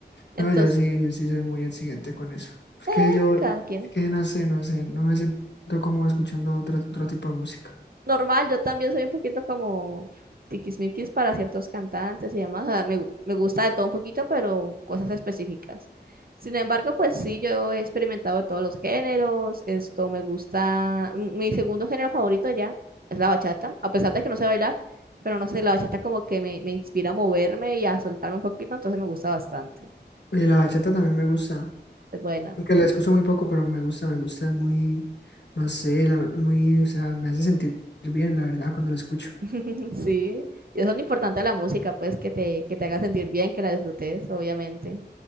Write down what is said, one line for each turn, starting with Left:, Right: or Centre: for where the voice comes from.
Right: Entonces,
Left: No, yo sí, yo sí soy muy exigente con eso. Es
Right: eh,
Left: que yo,
Right: cada quien.
Left: es que no sé, no sé, no me siento como escuchando otro, otro tipo de música.
Right: normal, yo también soy un poquito como tiquismiquis para ciertos cantantes y demás. o sea, me, gu- me gusta de todo un poquito, pero cosas específicas. Sin embargo, pues sí, yo he experimentado de todos los géneros. Esto me gusta. m- Mi segundo género favorito diría es la bachata, a pesar de que no sé bailar, pero no sé, la bachata como que me, me inspira a moverme y a soltarme un poquito, entonces me gusta bastante.
Left: Y la bachata también me gusta.
Right: Es buena.
Left: Aunque la escucho muy poco, pero me gusta, me gusta, es muy, no sé, la- muy, o sea, me hace sentir bien, la verdad, cuando la escucho.
Right: <laughs> Sí. Y eso es lo importante de la música, pues que te, que te haga sentir bien, que la disfrutes, obviamente.